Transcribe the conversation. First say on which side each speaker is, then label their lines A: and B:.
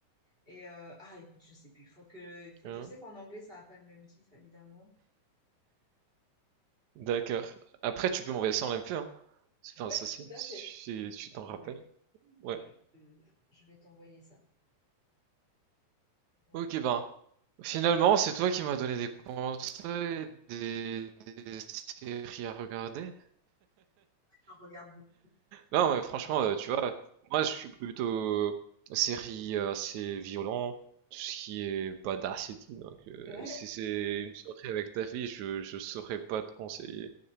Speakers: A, on the right (about 15°); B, on the right (about 75°).
A: Et euh, ah, écoute, je sais plus. Il faut que, il faut-
B: hein,
A: je sais qu'en anglais, ça n'a pas le même titre, évidemment.
B: D'accord. Après, tu peux m'envoyer ça en MP, hein. C'est pas
A: Ouais,
B: un souci,
A: tout à
B: si
A: fait.
B: tu si tu t'en
A: Non,
B: rappelles.
A: mais
B: Ouais.
A: je, je, je vais t'envoyer ça. Je vais t'envoyer
B: Ok,
A: ça.
B: ben, Finalement, c'est toi qui m'as donné des conseils, des, des séries à regarder.
A: J'en regarde beaucoup.
B: Non, mais franchement, euh, tu vois, moi je suis plutôt euh, série euh, assez violent, tout ce qui est badass et tout. Donc, euh,
A: Ouais,
B: si c'est une soirée avec ta fille, je, je saurais pas te conseiller